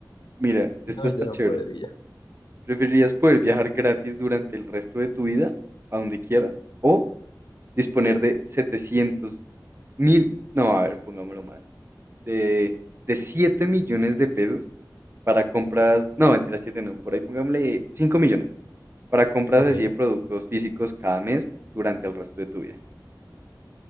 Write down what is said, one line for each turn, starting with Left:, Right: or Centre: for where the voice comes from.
Right: Mira, esta
Left: No,
Right: está
Left: yo no
Right: chévere.
Left: podría.
Right: ¿Preferirías poder viajar gratis durante el resto de tu vida, a donde quieras, o disponer de setecientos mil, no, a ver, pongámoslo más, de, de 7 millones de pesos para compras, no, mentira, 7 no, por ahí pongámosle 5 millones para compras
Left: Ok,
Right: así de productos físicos cada mes durante el resto de tu vida.